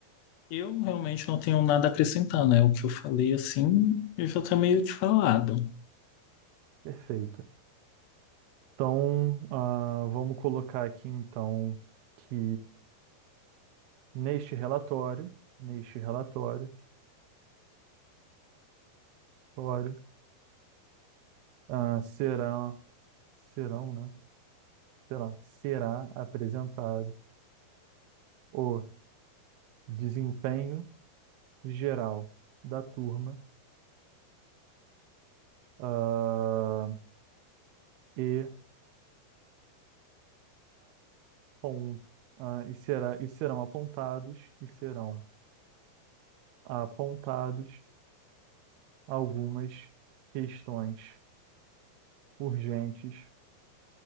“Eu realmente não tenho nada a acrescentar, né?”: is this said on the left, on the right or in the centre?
Left